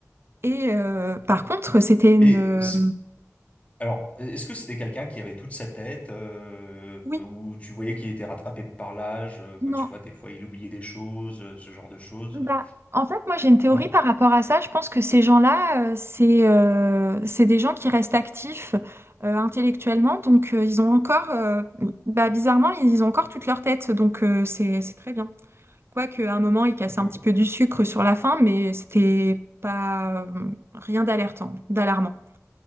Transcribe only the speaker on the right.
Et euh, par contre, c'était une.
euh,
oui,
non,
Bah,
en fait, moi j'ai une théorie
par rapport à ça. Je pense que ces gens-là, euh, c'est euh, c'est des gens qui restent actifs euh, intellectuellement, donc euh, ils ont encore, euh, bah, bizarrement, ils ont encore toute leur tête, donc euh, c'est c'est très bien. Quoique à un moment, ils cassaient
un petit peu du sucre sur la fin, mais c'était pas euh, rien d'alertant, d'alarmant.